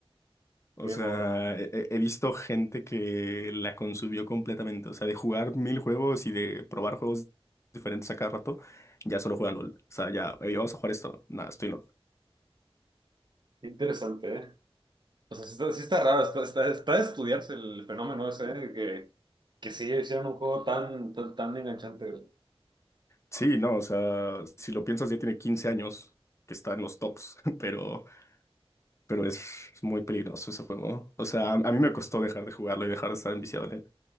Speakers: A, on the left (about 25°); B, on the right (about 45°).
A: O
B: Game
A: sea,
B: over.
A: he, he- he visto gente que la consumió completamente, o sea, de jugar mil juegos y de probar juegos diferentes a cada rato, ya solo juegan LOL. O sea, ya, "Ey, vamos a jugar esto, nada, estoy en LOL.
B: Qué Interesante, ¿eh? O sea, sí está, sí está raro, está, está, está de estudiarse el fenómeno ese, ¿eh? de Que, que sí hicieron un juego tan, tan, tan enganchante, güey.
A: Sí, no, o sea, si lo piensas ya tiene 15 años que está en los tops, <laughs> pero... pero es, es muy peligroso ese juego. O sea, a, a mí me costó dejar de jugarlo y dejar de estar enviciado en él.